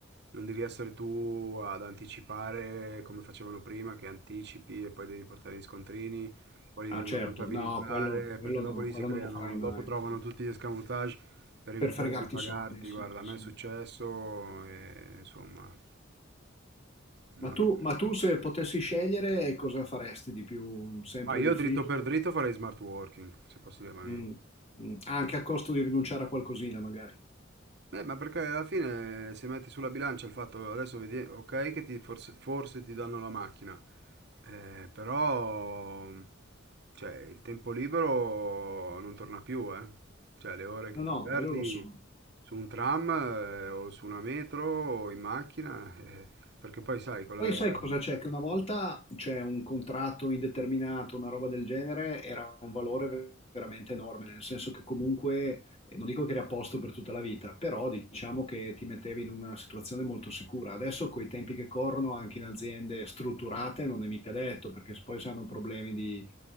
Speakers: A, on the right; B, on the left.
A: non devi essere tu ad anticipare come facevano prima, che anticipi e poi devi portare gli scontrini, poi
B: Ah,
A: li devono
B: certo,
A: contabilizzare,
B: no, quello, quello
A: perché dopo
B: no,
A: lì
B: quello
A: si creano,
B: non lo farai mai,
A: dopo trovano
B: no,
A: tutti gli escamotage per evitare
B: per fregarti
A: di pagarti.
B: i soldi, sì,
A: Guarda,
B: sì,
A: a me
B: sì.
A: è successo e insomma, non...
B: Ma tu, ma tu se potessi scegliere cosa faresti di più, sempre
A: Ma io
B: d'ufficio?
A: dritto per dritto farei smart working, se posso dire la mia.
B: Mm, mm. Anche a costo di rinunciare a qualcosina, magari.
A: Eh, ma perché alla fine se metti sulla bilancia il fatto, adesso vedi, ok, che ti, forse, forse ti danno la macchina, Eh, però, cioè, il tempo libero non torna più, eh. Cioè, le ore
B: No,
A: che
B: no,
A: tu perdi
B: quello lo so.
A: su un tram, eh, o su una metro o in macchina, eh, perché poi sai, con
B: Poi
A: la...
B: sai cosa c'è? Che una volta c'è un contratto indeterminato, una roba del genere, era un valore ve- veramente enorme, nel senso che comunque, eh, non dico che eri a posto per tutta la vita, però diciamo che ti mettevi in una situazione molto sicura. Adesso con i tempi che corrono, anche in aziende strutturate, non è mica detto, perché se poi se hanno problemi di